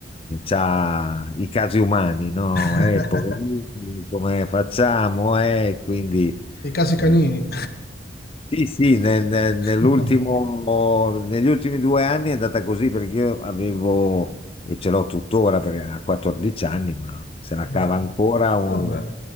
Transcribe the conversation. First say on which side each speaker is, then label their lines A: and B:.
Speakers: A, on the left; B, on the left.
A: ha i casi umani, no?
B: <laughs>
A: Eh, poverini, come facciamo? Eh, quindi...
B: I casi canini.
A: eh, sì, sì, nel- nel- nell'ultimo,
B: <laughs>
A: negli ultimi due anni è andata così perché io avevo, e ce l'ho tuttora perché ha 14 anni, ma se
B: Vabbè,
A: la cava ancora un,
B: vabbè,